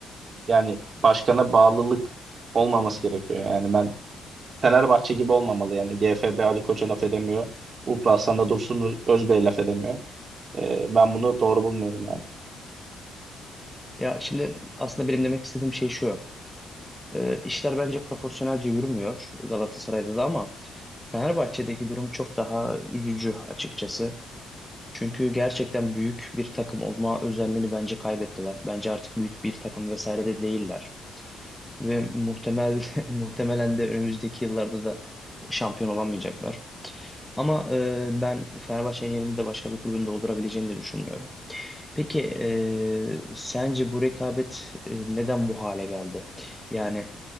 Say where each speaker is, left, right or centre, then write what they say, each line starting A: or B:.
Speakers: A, on the right; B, in the centre.
A: yani başkana bağlılık olmaması gerekiyor. Yani ben Fenerbahçe gibi olmamalı yani GFB Ali Koç'a laf edemiyor. Uğur Aslan da Dursun Özbey laf edemiyor. Ee, ben bunu doğru bulmuyorum yani.
B: ya şimdi aslında benim demek istediğim şey şu. E, işler bence profesyonelce yürümüyor Galatasaray'da da ama Fenerbahçe'deki durum çok daha üzücü açıkçası. Çünkü gerçekten büyük bir takım olma özelliğini bence kaybettiler. Bence artık büyük bir takım vesaire de değiller. Ve muhtemel <laughs> muhtemelen de önümüzdeki yıllarda da şampiyon olamayacaklar. Ama e, ben Fenerbahçe'nin yerini de başka bir kulübün doldurabileceğini de düşünmüyorum. Peki e, sence bu rekabet e, neden bu hale geldi? Yani